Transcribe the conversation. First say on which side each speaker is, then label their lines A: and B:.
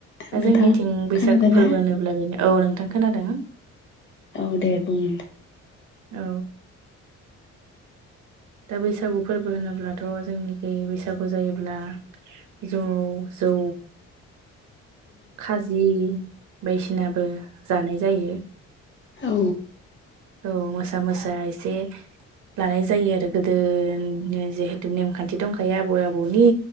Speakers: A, on the right; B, on the left.
A: दा
B: नोंथाङा
A: जोंनिथिं बैसागु
B: खोनादोंना
A: फोरबो होनोब्ला बेनो औ नोंथां खोनादों।
B: औ दे बुं।
A: औ दा बैसागु फोरबो होनोब्लाथ' जोंनिखै बैसागु जायोब्ला। जौ जौ खाजि बायदिसिनाबो जानाय जायो।
B: औ
A: औ मोसा मोसा एसे लानाय जायो आरो गोदोनि जिहेतु नेमखान्थि दंखायो आबै आबौनि।